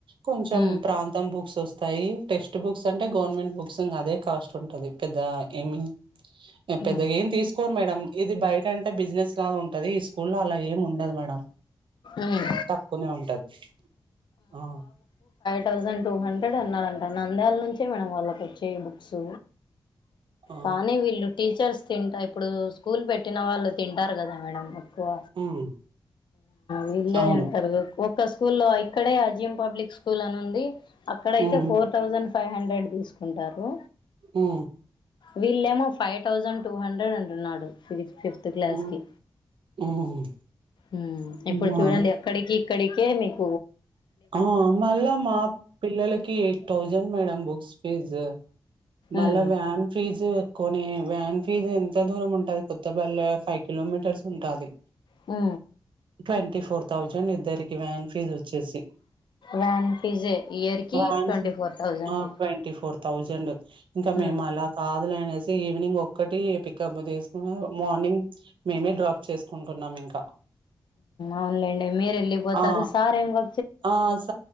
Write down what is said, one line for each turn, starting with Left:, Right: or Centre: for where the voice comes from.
Right: కొంచెం
Left: ఉమ్
Right: ప్రాంతం బుక్స్ వస్త తాయి టెక్స్ట్ బుక్స్ అంటే గవర్నమెంట్ బుక్స్ ఇంగ అదే కాస్ట్ ఉంటాది పెద్ద ఏమి పెద్దగా
Left: ఉమ్
Right: ఏం తీసుకోరు మేడం ఇది బయట అంటే బిజినెస్ లాగా ఉంటది ఈ స్కూలో అలా ఏం ఉండదు మేడం
Left: ఉమ్
Right: తక్కువనే ఉంటాది ఆ
Left: థౌసండ్ టూ హండ్రెడ్ అన్నారాంటా నంద్యాల నుంచే మేడం వాళ్ళకి బుక్స్
Right: ఆ
Left: కానీ వీళ్ళు టీచర్స్ తింట ఇప్పుడు స్కూల్ పె పుట్టిన వాళ్ళు తింటారు కదా మేడం ఎక్కువ
Right: ఉమ్
Left: వీళ్ళే
Right: అవును
Left: అంటారు ఒక్క స్కూల్లో ఇక్కడే అజీమ్ పబ్లిక్ స్కూల్ అని ఉంది అక్కడైతే
Right: um
Left: four thousand five hundred తీసుకుంటారు
Right: ఉ
Left: వీళ్ళేమో ఫైవ్ థౌజండ్ టూ హండ్రెడ్ అంటున్నాడు ఫి ఫిఫ్త్ క్లాస్
Right: ఉమ్
Left: కి
Right: ఉమ్
Left: ఊ ఇప్పుడు
Right: మా
Left: చూడండి అక్కడికి ఇక్కడికే మిక్
Right: ఆ మళ్ళా మా పిల్లలకి eight thousand madam books fee మల్ల
Left: ఉమ్
Right: వ్యాన్ ఫీజు కోని వ్యాన్ ఫీజ్ ఎంత దూరం ఉంటది కొత్తపల్లే ఫైవ్ కిలోమీటర్స్ ఉంటాది
Left: మ్
Right: ట్వెంటీ ఫోర్ థౌజండ్ ఇద్దరికి వ్యాన్ ఫీజు వచ్చేసి
Left: వ్యాన్ ఫీజే ఇయర్ కి
Right: వ్యాన్
Left: ట్వంటీ
Right: ఫీ
Left: ఫోర్ థౌజండ్
Right: ఆ ట్వంటీ ఫోర్ థౌజండ్ ఇంకా మేము
Left: ఉమ్
Right: అలా కాదులేనేసి ఈవినింగ్ ఒక్కటి పికప్ చేసుకున్న మార్నింగ్ మేమే డ్రాప్ చేసుకుంటున్నాం ఇంకా
Left: అవున్లేండి మీరు ఎల్లిపోతారు
Right: ఆ
Left: సార్ ఏం వ
Right: ఆ స